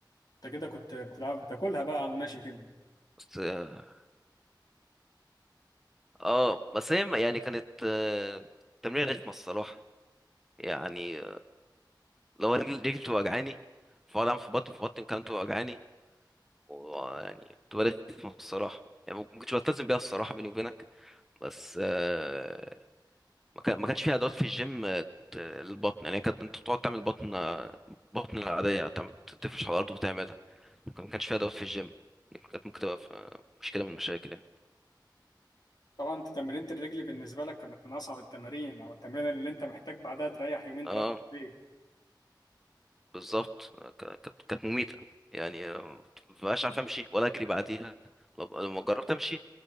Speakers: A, on the left; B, in the centre.
A: انت كده كنت بتلعب بتاكلها بقى على الماشي كده
B: بس اه آه، بس هي يعني كانت آه، تمرين رخمة الصراحة يعني لو رجلي رجلي بتبقى وجعاني فاقعد اعمل في بطني في بطني كمان بتبقى وجعاني ويعني بتبقى رخمة الصراحة يعني ما كنتش بلتزم بيها الصراحة بيني وبينك بس آه، ما كان- ما كانش فيها ادوات في الجيم آه، ت- للبطن يعني كانت انت بتقعد تعمل بطن آه، بطن العادية تعمل- تفرش على الأرض وتعملها لكن ما كانش فيها ادوات في الجيم كانت ممكن تبقى في- آه، مشكلة من المشاكل يعني
A: طبعا انت تمرينة الرجل بالنسبة لك كانت من أصعب التمارين أو التمرين اللي انت محتاج بعدها تريح يومين
B: اه
A: ثلاثة في البيت
B: بالظبط ك- كانت كانت مميتة يعني آه، مبقاش عارف امشي ولا اجري بعديها لب- لما جربت امشي